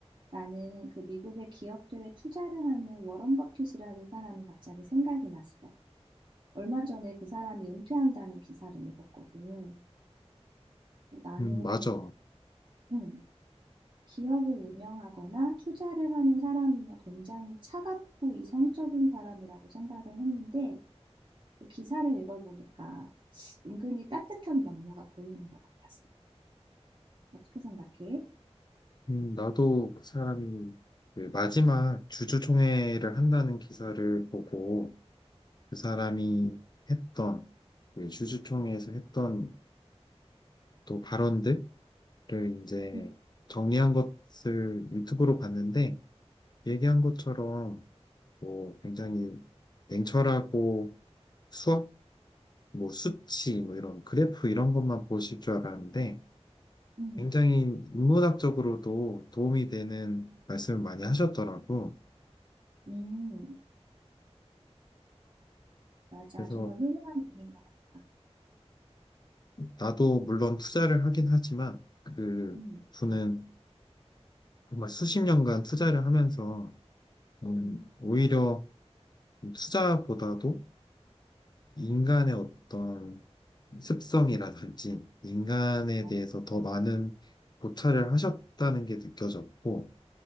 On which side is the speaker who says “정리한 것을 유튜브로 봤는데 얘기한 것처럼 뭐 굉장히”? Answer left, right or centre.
Left